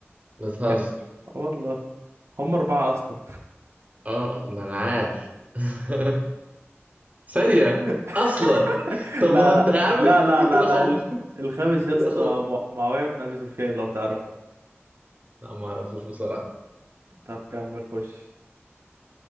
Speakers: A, on the right; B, on the right.
A: بتهزر
B: ك- آه والله هم اربعة اصلا
A: اه ما انا عارف <laughs> ثانية
B: <laughs>
A: اصلا طب
B: لا
A: ما هو
B: لا
A: انت يا عم
B: لا لا
A: <laughs>
B: لا
A: كده
B: لا
A: خم
B: ال- الخامس يا
A: كده
B: اسطى
A: خم
B: مع- معاوية بن ابي سفيان لو تعرفه
A: لا ما اعرفوش بصراحة
B: طب كمل خش